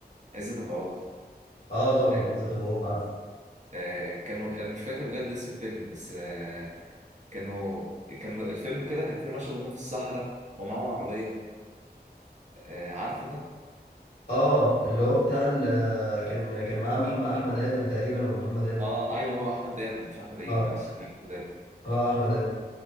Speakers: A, on the right; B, on the left.
A: عزت أبو عوف
B: اه طبعا
A: آه،
B: عزت أبو عوف عارفه
A: آه، كانوا أنا مش فاكر بجد اسم الفيلم بس آه، كانوا كانوا الفيلم كده كان فيه مشهد هما في الصحراء ومعاهم عربية آه، عارفه ده؟
B: اه اللي هو بتاع ال- آه، كان كان معاه محمد أحمد آدم تقريبا أو محمد آدم
A: اه ايوه هو احمد دادا مش احمد عيد
B: اه
A: معلش أنا احمد دادا
B: اه أحمد آدم